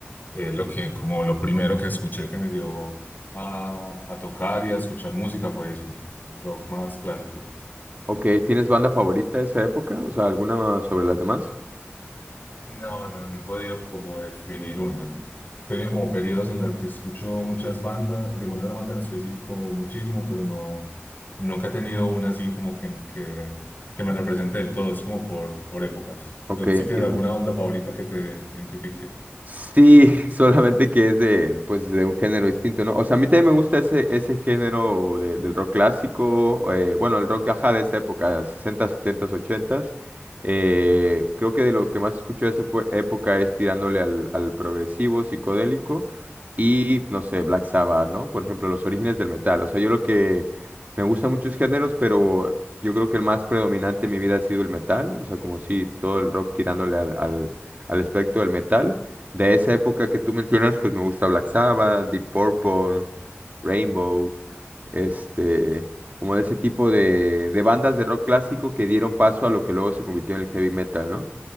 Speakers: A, on the left; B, on the right.
A: Es lo que, como lo primero que escuché que me llevó a, a tocar y a escuchar música fue eso, un rock más clásico.
B: Ok, ¿tienes banda favorita de esa época? O sea, ¿alguna sobre las demás?
A: No, no, no he podido como definir una. He tenido como periodos en los que escucho muchas bandas, de una banda en específico muchísimo, pero no, nunca he tenido una así como que, que, que me represente del todo. Es como por, por épocas.
B: Ok,
A: ¿Tú
B: entiendo.
A: sí tienes alguna banda favorita que te identifique?
B: Sí, <laughs> solamente que es de, pues, de un género distinto, ¿no? O sea, a mí también me gusta ese, ese género de- del rock clásico, eh, bueno, el rock, ajá, de esa época, 60, 70, 80. Eh, creo que de lo que más escucho de esa po- época es tirándole al, al progresivo, psicodélico y, no sé, Black Sabbath, ¿no? Por ejemplo, los orígenes del metal. O sea, yo lo que me gustan muchos géneros, pero yo creo que el más predominante en mi vida ha sido el metal. O sea, como si todo el rock tirándole al al- al espectro del metal. De esa época que tú mencionas, pues me gusta Black Sabbath, Deep Purple, Rainbow, este, como de ese tipo de, de bandas de rock clásico que dieron paso a lo que luego se convirtió en el heavy metal, ¿no?